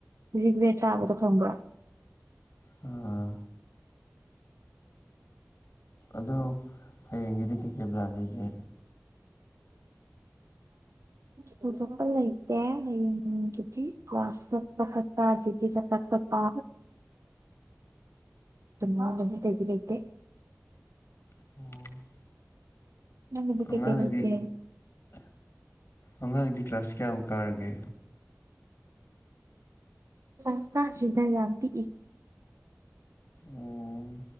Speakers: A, on the right; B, on the left.
A: ꯔꯤꯒ꯭ꯔꯦꯛ ꯆꯥꯕꯗꯣ ꯈꯪꯕ꯭ꯔꯣ
B: ꯑꯥ ꯑꯗꯧ ꯍꯌꯦꯡꯒꯤꯗꯤ ꯀꯩꯀꯩ ꯄ꯭ꯂꯥꯟ ꯂꯩꯒꯦ
A: ꯊꯣꯏꯗꯣꯛꯄ ꯂꯩꯇꯦ ꯍꯌꯦꯡꯒꯤꯗꯤ ꯀ꯭ꯂꯥꯁ ꯆꯠꯄ ꯈꯛꯇ ꯗꯤꯌꯨꯇꯤ ꯆꯠꯄ ꯈꯛꯇ ꯑꯗꯨꯃꯥꯏ‌ ꯂꯩ ꯑꯇꯩꯗꯤ ꯂꯩꯇꯦ
B: ꯑꯣ
A: ꯅꯪꯒꯤꯗꯤ ꯀꯩꯀꯩ
B: ꯑꯉꯥꯡꯗꯤ
A: ꯂꯩꯒꯦ
B: ꯑꯉꯥꯡꯗꯤ ꯀ꯭ꯂꯥꯁ ꯀꯌꯥꯃꯨꯛ ꯀꯥꯔꯒꯦ
A: ꯀ꯭ꯂꯥꯁ ꯀꯥꯗ꯭ꯔꯤꯗ ꯌꯥꯝ ꯄꯤꯛꯏ
B: ꯎꯝ